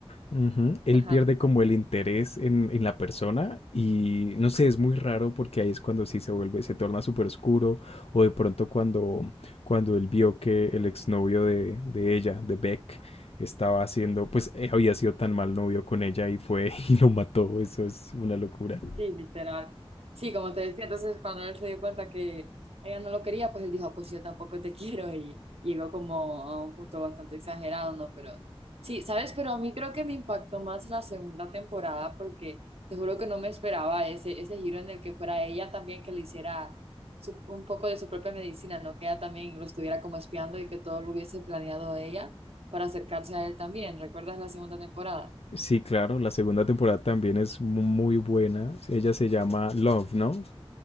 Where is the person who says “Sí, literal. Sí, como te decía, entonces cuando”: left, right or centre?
Right